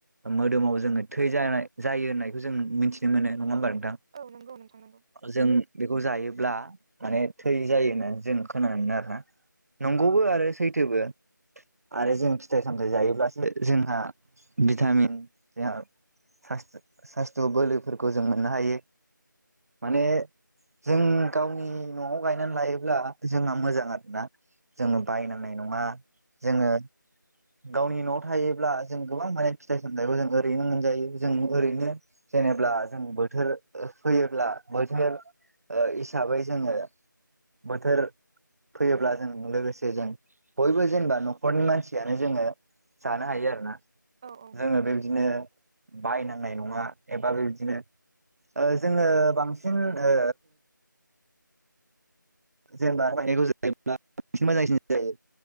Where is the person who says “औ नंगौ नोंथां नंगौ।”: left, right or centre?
Right